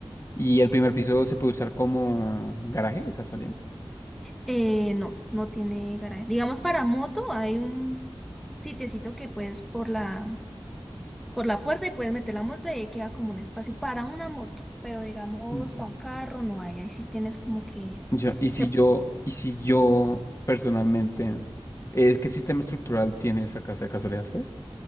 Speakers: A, on the left; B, in the centre.
A: ¿Y el primer piso se puede usar como garaje de casualidad?
B: Eh, no, no tiene garaje. Digamos, para moto hay un sitiecito que puedes por la, por la puerta y puedes meter la moto y ahí queda como un espacio para una moto. Pero digamos,
A: Mm,
B: para un carro no hay. Ahí sí tienes como que...
A: Yo, y
B: se
A: si yo, y si yo personalmente, eh, ¿qué sistema estructural tiene esa casa de casualidad, sabes